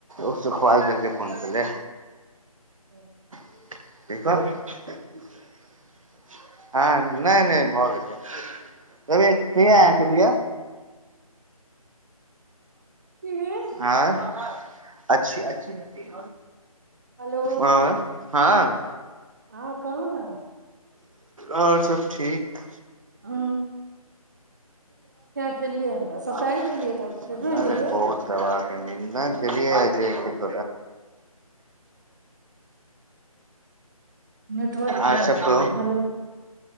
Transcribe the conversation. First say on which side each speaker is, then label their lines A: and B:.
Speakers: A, on the right; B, on the right.
A: ओसँखआाल करकेऽ फोन क ले
B: हँ
A: <unintelligible> हँ नहि नहि भऽ गेलै त क भैय
B: की भेल
A: आँय अच्छी अच्छी म्टी
B: हेलो
A: आ हँ हँ
B: हँ कहू ने
A: आओर सब ठीक
B: ओ खेलियै हमरा सबटा
A: नहि
B: अहीं खेलियै तब केकरो नहि देलियै
A: रे बहुत दवाज जलिय जे क क
B: नेटवर्क
A: आर
B: नहि
A: सबक
B: आबि रहलै हेलो